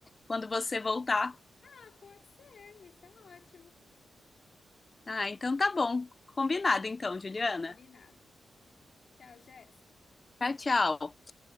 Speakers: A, on the left (about 30°); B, on the left (about 55°).
A: quando você voltar.
B: Ah, pode ser, isso é ótimo.
A: Ah, então tá bom. Combinado então, Juliana.
B: Combinado. Tchau, Jéssica.
A: Tchau, tchau.